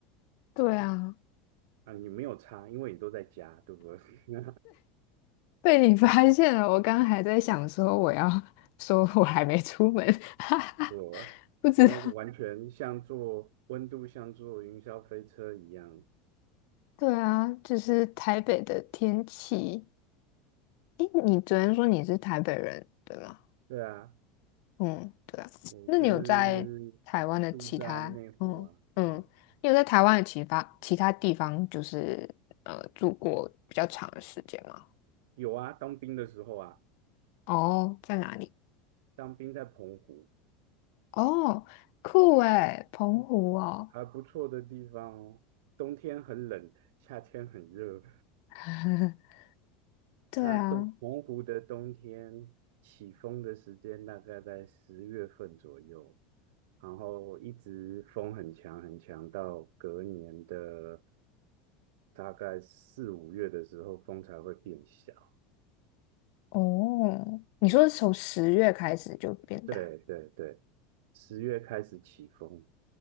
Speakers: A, on the left; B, on the right.
A: 对啊，
B: 啊，你没有差，因为你都在家，对不对？<laughs>
A: 被你发现了。我刚刚还在想说我要说我还没出门，<laughs> 哈哈，
B: 对我，
A: 不知道。
B: 那就完全像坐温度像坐云霄飞车一样。
A: 对啊，就是台北的天气。诶，你昨天说你是台北人，对吗？
B: 对啊，
A: 嗯，对啊。
B: 我是
A: 那你有在台湾的其他，
B: 住在内湖啊，
A: 嗯嗯，
B: 对啊，
A: 你有在台湾的其他其他地方，就是呃住过比较长的时间吗？
B: 有啊，当兵的时候啊，
A: 哦，在哪里？
B: 当兵在澎湖，
A: 哦，酷诶，澎湖哦。
B: 还不错的地方哦。冬天很冷，夏天很热，
A: <laughs> 对啊，
B: 它东澎湖的冬天起风的时间大概在十月份左右，然后一直风很强很强，到隔年的大概四五月的时候，风才会变小。
A: 哦，你说是从十月开始就变大，
B: 对对对，十月开始起风。